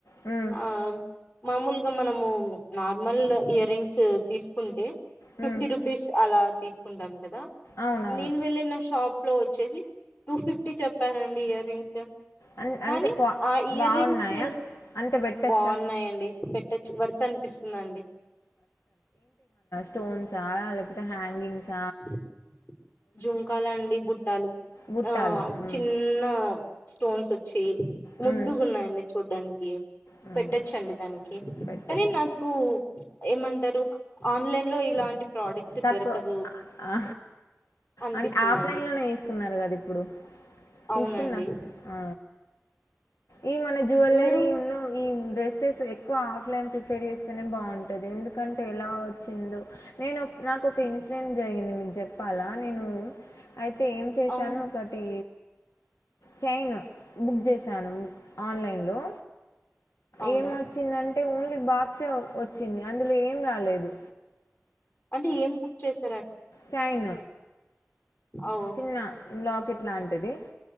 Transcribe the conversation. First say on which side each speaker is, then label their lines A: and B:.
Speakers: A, on the left; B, on the left.
A: హ్మ్.
B: ఆ మామూలుగా మనము నార్మల్ ఇయర్ రింగ్స్ తీసుకుంటే
A: హ్మ్.
B: ఫిఫ్టీ రూపీస్ అలా తీసుకుంటాం కదా
A: అవునవును.
B: నేను వెళ్ళి నా షాప్ లో వచ్చేసి టూ ఫిఫ్టీ చెప్పారండి ఇయర్ రింగ్స్
A: అన్
B: కానీ
A: అంటే క్వా
B: ఆ ఇయర్
A: బావున్నాయా?
B: రింగ్స్
A: అంత పెట్టచ్చా?
B: బాగున్నాయండి పెట్టచ్చ వర్త అనిపిస్తుందండి
A: స్టోన్స్ లేకపోతే హాంగింగ్స్
B: <inaudible> జంకాలండి బుట్టాలు
A: బుట్టాలు
B: ఆ
A: హ్మ్
B: చిన్న స్టోన్స్ వచ్చి ముద్దుగు
A: హ్మ్
B: ఉన్నాయండి చూడ్డానికి
A: హ్మ్
B: పెట్టచ్చండి దానికి
A: పెట్టొచ్చు
B: కానీ నాకు ఏమంటారు ఆన్లైన్ లో ఇలాంటి ప్రోడక్ట్
A: తక్కువ
B: దొరకదు
A: ఆ,
B: అనిపించిందండి
A: అంటే ఆఫ్లైన్ లోనే తీసుకున్నారు కదా ఇప్పుడు
B: అవునండి
A: తీసుకున్న ఆ ఈ మన జ్యువెల్లరీ
B: మీరు
A: ఉన్న ఈ డ్రస్సెస్ ఎక్కువ ఆఫ్లైన్ ప్రిఫేర్ చేస్తేనే బాగుంటుంది ఎందుకంటే ఎలా వచ్చిందో నేను నాకు ఒక ఇన్సిడెంట్ జరిగింది మీకు చెప్పాలా నేను అయితే ఏం చేశాను
B: అవును
A: ఒకటి చైన్ బుక్ చేశాను ఆన్లైన్లో
B: అవునా
A: ఏం వచ్చిందంటే ఓన్లీ బాక్స్ సాక్షే వచ్చింది అందులో ఏం రాలేదు
B: అంటే ఏం బుక్ చేస్త
A: చైన్
B: ఓ
A: చిన్న లాకెట్ లాంటిది